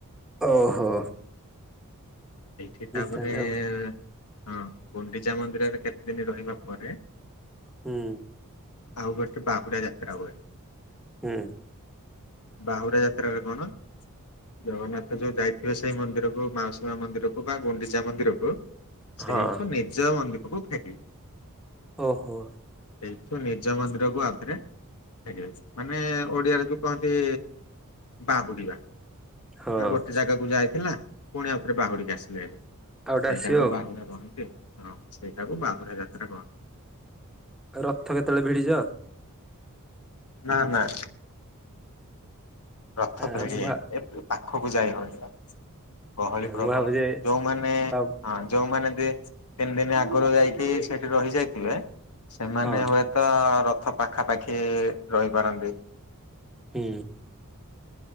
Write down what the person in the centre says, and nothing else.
ଓ ହୋ।
ତାହେଲେ ଆଉ
ହୁଁ।
ହୁଁ।
ହଁ
ଓ ହୋ।
ହଁ।
ଆଉ ଗୋଟେ
ଆସିବ
ଆଉ ରଥ କେତେବେଳେ ଭିଡିଛ?
ଆ
ମୁଁ
ଭା
ମୁଁ ଭାବୁଛି
ଭାବ
ହଁ
ହୁଁ।